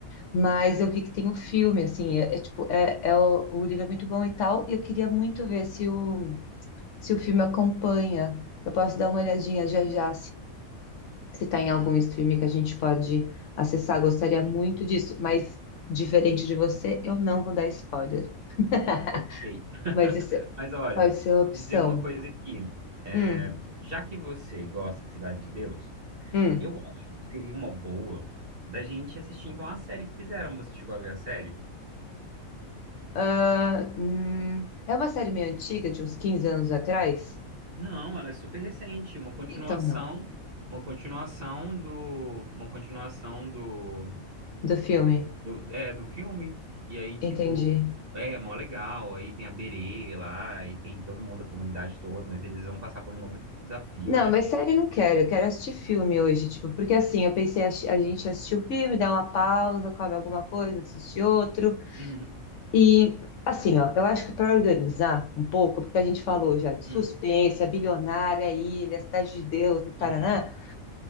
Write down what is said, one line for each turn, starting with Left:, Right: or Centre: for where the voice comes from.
Left: mas eu vi que tem um filme, assim, é, é tipo, é, é o, o livro é muito bom e tal, e eu queria muito ver se o, se o filme acompanha. Eu posso dar uma olhadinha já já se está em algum streaming que a gente pode acessar, gostaria muito disso, mas diferente de você, eu não vou dar spoiler. <laughs>
Right: Ok. <laughs>
Left: Mas isso
Right: Mas olha,
Left: pode ser uma
Right: vou
Left: opção.
Right: te dizer uma coisa aqui. É,
Left: Hum,
Right: já que você gosta de Cidade de Deus,
Left: hum.
Right: eu acho que seria uma boa da gente assistir então a série que fizeram. Você chegou a ver a série?
Left: Ah, hum. É uma série meio antiga, de uns 15 anos atrás?
Right: Não, ela é super recente, uma continuação,
Left: Então não.
Right: uma continuação do, uma continuação do,
Left: Do filme.
Right: do, é, do filme. E aí, tipo,
Left: Entendi.
Right: é mó legal. Aí tem a Berê lá, e tem todo mundo, a comunidade toda, mas eles vão passar por um novo desafio,
Left: Não,
Right: né?
Left: mas série não quero, eu quero assistir filme hoje, tipo, porque assim, eu pensei, a a gente assistiu o filme, dá uma pausa, come alguma coisa, assiste outro.
Right: Uhum.
Left: E assim, ó, eu acho que para organizar um pouco, porque a gente falou
Right: Uf.
Left: já de suspense,
Right: Hum.
Left: a bilionária, ilha, a cidade de Deus e taraná,
Right: Isso.